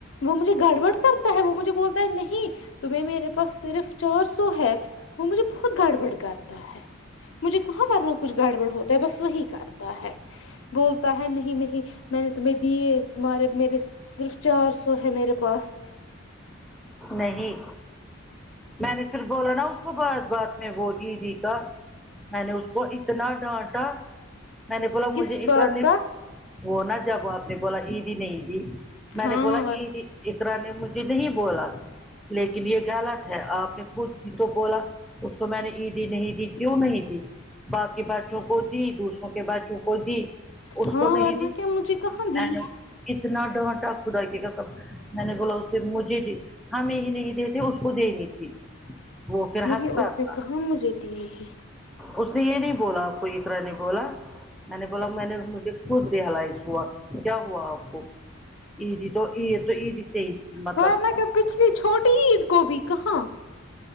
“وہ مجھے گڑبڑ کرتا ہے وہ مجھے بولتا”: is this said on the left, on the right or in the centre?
Left